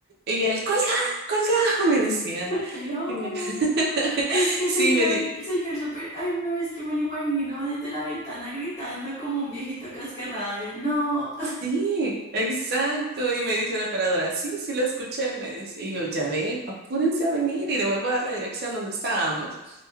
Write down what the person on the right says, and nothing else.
Y él, colga, colga, <laughs> me decía.
Y le- <laughs>
sí,
le di.
Sí, exacto. Y me dice la operadora, sí, sí lo escuché, me dice. Y yo, ya ve, apúrense a venir y le vuelvo a dar la dirección donde estábamos.